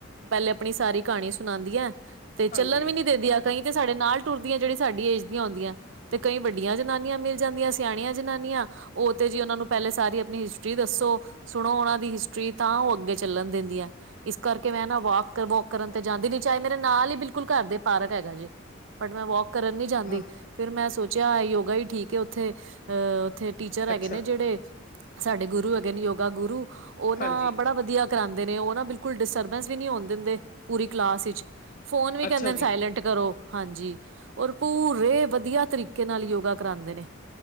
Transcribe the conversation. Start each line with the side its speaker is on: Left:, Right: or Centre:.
Right: ਪੈਲੇ ਅਪਣੀ ਸਾਰੀ ਕਹਾਣੀ ਸੁਣਾਂਦੀਆਂ ਏ, ਤੇ ਚੱਲਣ
Left: ਹਾਂਜੀ
Right: ਵੀ ਨੀ ਦੇਦੀਆ ਕਈ ਤੇ ਸਾਡੇ ਨਾਲ ਟੁਰਦੀਆਂ ਜਿਹੜੀ ਸਾਡੀ ਏਜ ਦੀਆਂ ਹੂੰਦੀਆਂ, ਤੇ ਕਈ ਵੱਡੀਆਂ ਜਨਾਨੀਆਂ ਮਿਲ ਜਾਂਦੀਆਂ, ਸਿਆਣੀਆਂ ਜਨਾਨੀਆਂ, ਓ ਤੇ ਜੀ ਓਨਾਂ ਨੂੰ ਪਹਿਲੇ ਸਾਰੀ ਅਪਨੀ ਹਿਸਟਰੀ ਦੱਸੋ। ਸੁਣੋ ਉਹਨਾਂ ਦੀ ਹਿਸਟਰੀ ਤਾਂ ਉਹ ਅੱਗੇ ਚੱਲਣ ਦਿੰਦੀਆ ਹੈ। ਇਸ ਕਰਕੇ ਮੈਂ ਨਾ ਵੋਕ ਵੋਕ ਕਰਨ ਤੇ ਜਾਂਦੀ ਨੀ ਚਾਹੇ ਮੇਰੇ ਨਾਲ ਹੀ ਬਿਲਕੁਲ ਘਰ ਦੇ ਪਾਰਕ ਹੈਗਾ ਜੇ ਬਟ ਮੈਂ ਵੋਕ ਕਰਨ ਨੀ ਜਾਂਦੀ
Left: ਹਾਂ
Right: ਫਿਰ ਮੈਂ ਸੋਚਿਆ ਯੋਗਾ ਈ ਠੀਕ ਏ, ਓਥੇ ਅਹ ਓਥੇ ਟੀਚਰ ਹੈਗੇ
Left: ਅੱਛਾ
Right: ਨੇ ਜੇੜੇ ਸਾਡੇ ਗੁਰੂ ਹੈਗੇ ਨ ਯੋਗਾ ਗੁਰੂ ਓ ਨਾ
Left: ਹਾਂਜੀ
Right: ਬੜਾ ਵਧੀਆ ਕਰਾਉਂਦੇ ਨੇ ਉਹ ਨਾ ਬਿਲਕੁਲ ਡਿਸਟਰਬੈਂਸ ਵੀ ਨੀ ਹੋਣ ਦਿੰਦੇ ਪੂਰੀ ਕਲਾਸ ਵਿੱਚ ਫੋਨ ਵੀ
Left: ਅੱਛਾ
Right: ਕਹਿੰਦੇ ਨ ਸਾਇਲੈਂਟ
Left: ਜੀ
Right: ਕਰੋ। ਹਾਂਜੀ ਔਰ ਪੂਰੇ ਵਧੀਆ ਤਰੀਕੇ ਨਾਲ ਯੋਗਾ ਕਰਾਉਂਦੇ ਨੇ